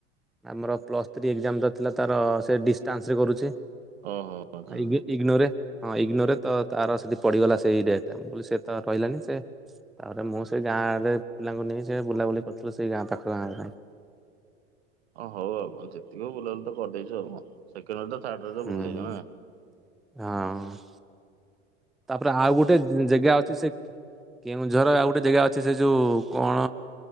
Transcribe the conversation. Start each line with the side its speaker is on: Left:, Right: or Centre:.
Centre: ଆମର ପ୍ଲସ୍ ଥ୍ରୀ ଏକ୍ଜାମ ଯ ଥିଲା ତାର ସେ ଡିଷ୍ଟାନ୍ସ ରେ କରୁଛି।
Right: ଓହୋ। ଆଚ୍ଛା
Centre: କାଇଁକି?
Right: ଆଚ୍ଛା।
Centre: ଇଗନୋ ରେ ହଁ ଇଗ୍ନୋରରେ ତାର ସେଠି ପଡ଼ିଗଲା ସେଇ ଡେଟ୍ରେ ମୁଁ କହିଲି ସେଏ ତ ରହିଲାନି ସେ ତାପରେ ମୁଁ ସେଇ ଗାଁରେ ପିଲାଙ୍କୁ ନେଇ ସେ ବୁଲାବୁଲି କରିଥିଲି ସେଇ ଗାଁ ପାଖ ଗାଁରେ
Right: ହଁ ହଉ ଆଉ କଣ ଯେତିକି ବୁଲାୁ ତ କରିଦେଇଚୁ ଆଉ ହଁ ସେକେଣ୍ଡ ଥାର୍ଡ
Centre: ହୁଁ
Right: ରଜ ବୁଲି ଦେଇଛ ନା
Centre: ହୁଁ ହଁ। ତାପରେ ଆଉ ଗୋଟେ ଜେଗା ଅଛି ସେ କେଉଁଝର ଆଉ ଗୋଟେ ଜେଗା ଅଛି ସେ ଯୋଉ କଣ